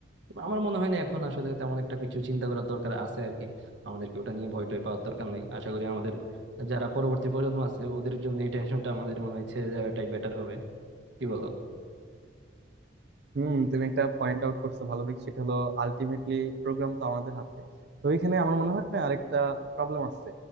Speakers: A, on the right; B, on the right.
A: তবে আমার মনে হয় না এখন আসলে তেমন একটা কিছু চিন্তা করার দরকার আছে আর কি আমাদেরকে ওটা নিয়ে ভয় টয় পাওয়ার দরকার নেই আশা করি আমাদের যারা পরবর্তী প্রজন্ম আছে ওদের জন্য এই টেনশনটা আমাদের মনে হয় ছেড়ে দেওয়াটাই বেটার হবে কি বলো
B: হুম তুমি একটা পয়েন্ট আউট করছো ভালো দিক সেটা হলো আলটিমেটলি প্রোগ্রাম তো আমাদের হাতে তো এখানে আমার মনে হয় আরেকটা প্রবলেম আছে